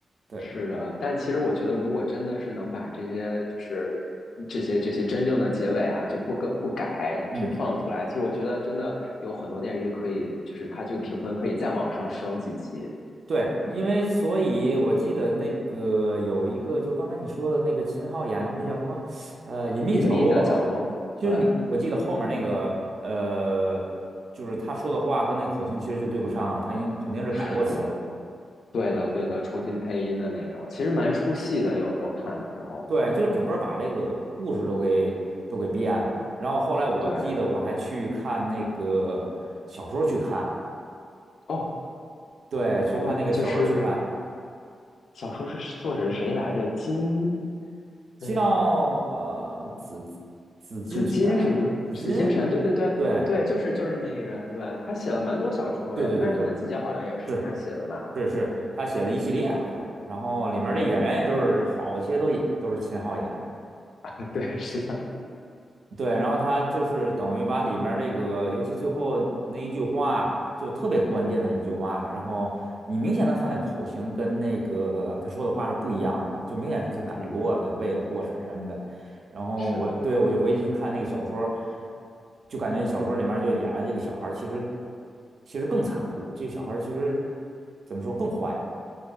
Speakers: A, on the right; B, on the left.
A: 对，
B: 是的，但其实我觉得，如果真的是能把这些，就是这些这些真正的结尾啊，就不更不改去放出来，
A: 嗯，
B: 其实我觉得真的有很多电视剧可以，就是它这个评分可以再往上升几级。
A: 对，因为所以我记得那个有一个，就刚才你说的那个秦昊演的那叫什么，呃，《隐秘角落》，
B: 隐秘的角落，
A: 就是你，
B: 对，
A: 我记得后面那个，呃，就是他说的话跟那口型其实就对不上了，他已经肯定是改过词了。
B: 是的，对的，对的，重新配音的那种，其实蛮出戏的，有时候看的时候，
A: 对，就整个把这个故事都给都给变了。然后后来我记得我还去看那个小说去看，
B: 对，哦
A: 对，去看那个小说去看，
B: 哦，就是小说是作者是谁来着？金，
A: 叫呃紫紫紫金陈，
B: 嗯，紫金什么？
A: 紫金，
B: 紫金陈？对对对对，
A: 对
B: 就是就是这么一个人。对，他写了蛮多小说的，
A: 对对对对，
B: 《漫长的季节》好像也是他写的吧？
A: 是是是，他写了一系列好像是，然后里面这演员也都是好些都也都是秦昊演的。
B: 对对对 <laughs> 对，是的，
A: 对，然后他就是等于把里面儿这个，尤其最后那一句话，就特别关键的一句话，然后你明显能看到口型跟那个他说的话是不一样的，就明显是他改过的，
B: 嗯，
A: 为了过审什么的。然后我对我就回去去看那个小说，
B: 是的，
A: 就感觉小说里面儿就演的这个小孩儿其实其实更残酷，这小孩儿其实怎么说更坏？